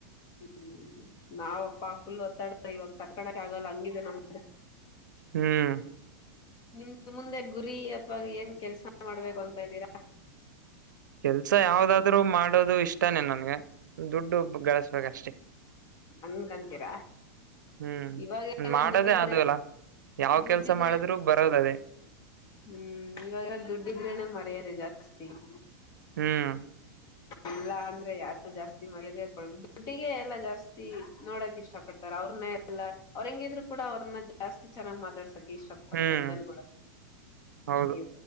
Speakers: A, on the left; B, on the right.
A: ಹ್ಮ್ ಹ್ಮ್ ನಾವ ಪಾಕುಲ್ ಒತ್ತಾಡ ಇವಾಗ ಕಟ್ಕಳಕ್ಕೆ ಆಗಲ್ಲ ಹಂಗಿದೆ ನಮ್ಮ
B: ಹ್ಮ್
A: ನಿಮ್ದ ಮುಂದೆ ಗುರಿ ಅಥವಾಗ ಏನ್ ಕೆಲ್ಸ ಮಾಡ್ಬೇಕು ಅಂತ ಇದ್ದೀರಾ
B: ಕೆಲ್ಸ ಯಾವ್ದಾದ್ರರು ಮಾಡೋದು ಇಷ್ಟಾನೇ ನನ್ಗೆ ದುಡ್ಡು ಗಳಸ್ಬೇಕ ಅಷ್ಟೇ
A: ಹಂಗಂತೀರಾ
B: ಹ್ಮ್
A: ಇವಾಗೆಲ್ಲ
B: ಮಾಡೋದೇ
A: ದುಡ್ಡಿದ್ರೆ
B: ಅದು ಅಲ್ಲ ಯಾವ
A: ದುಡ್ಡಿದ್ರೆ
B: ಕೆಲ್ಸ ಮಾಡಿದ್ರು ಬರೋದ ಅದೇ
A: ಹ್ಮ್ ಇವಾಗಲ್ಲಾ ದುಡ್ಡಿದ್ರೇನೆ ಮರ್ಯಾದೆ ಜಾಸ್ತಿ <inaudible>
B: ಹ್ಮ್
A: ಇಲ್ಲ ಅಂದ್ರೆ ಯಾರು ಜಾಸ್ತಿ ಮರ್ಯಾದೆ ಕೊ ದುಡ್ಡಿಗೆ ಎಲ್ಲಾ ಜಾಸ್ತಿ ನೋಡಕ್ ಇಷ್ಟ ಪಡ್ತಾರ ಅವ್ರನ್ನೇ ಎಲ್ಲ ಅವ್ರ ಹೆಂಗಿದ್ರು ಕೂಡ ಅವ್ರನ್ನ ಜಾಸ್ತಿ ಚೆನ್ನ್ ಮಾತಾಡ್ರೆ ಕ ಇಷ್ಟ ಪಡ್ತಾರೆ
B: ಹ್ಮ್
A: ಜನಗಳ
B: ಹೌದು
A: ಇ